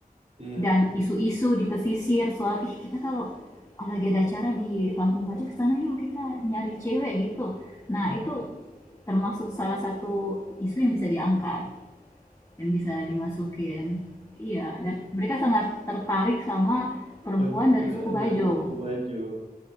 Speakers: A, on the right; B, on the left.
A: Iya
B: dan
A: iya
B: isu-isu
A: iya.
B: di pesisir soal, "Ih, kita kalau lagi ada acara di Kampung Baja ke sana yuk, kita nyari cewek," gitu. Nah,
A: Ah,
B: itu termasuk salah satu isu yang bisa diangkat yang bisa dimasukin. Iya, dan mereka sangat tertarik sama perempuan
A: wanita
B: dari suku Bajo.
A: dari Suku Bajo.